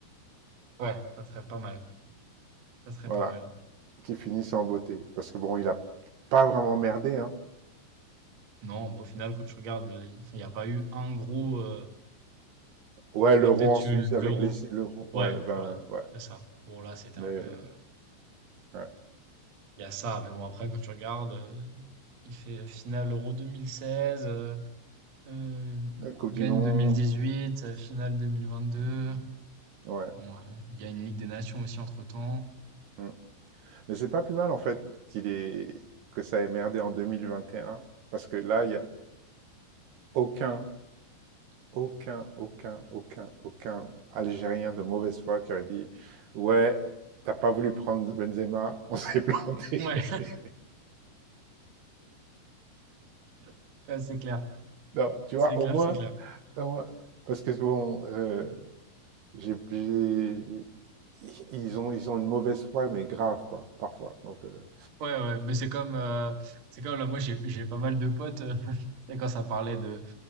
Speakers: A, on the right; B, on the right.
A: Ouais, ça serait pas mal. Ça serait
B: Voilà,
A: pas mal.
B: qu'il finisse en beauté. Parce que bon, il a pas vraiment merdé, hein.
A: Non, bah, au final, quand tu regardes, heu, il enfin, il y a pas eu un gros, heu,
B: Ouais, l'euro
A: il y a peut-être
B: en Suisse
A: eu
B: avec
A: l'Euro.
B: les, l'euro,
A: Ouais,
B: ouais, le 20,
A: voilà,
B: ouais.
A: c'est ça. Bon là, c'était
B: Mais,
A: un peu, heu,
B: ouais.
A: il y a ça, mais bon après quand tu regardes, heu, il fait euh, finale Euro 2016, heu, heu,
B: La Coupe
A: gagne
B: du Monde,
A: 2018, heu, finale 2022.
B: ouais.
A: Bon, heu, il y a une Ligue des Nations aussi entre-temps.
B: Mm. Mais c'est pas plus mal en fait qu'il est que ça ait merdé en 2021 parce que là il y a aucun aucun aucun aucun aucun Algérien de mauvaise foi qui aurait dit ouais t'as pas voulu prendre Benzema on s'est planté
A: Ouais,
B: <laughs>
A: <laughs> ouais, c'est clair,
B: non tu
A: c'est
B: vois
A: clair,
B: au moins,
A: c'est clair.
B: au moins- parce que bon euh, j'ai j'ai- ils ont ils ont une mauvaise foi mais grave quoi parfois donc euh,
A: Ouais, ouais, mais c'est comme, heu, c'est comme là, moi j'ai j'ai pas mal de potes, heu, tu sais <laughs> quand ça parlait de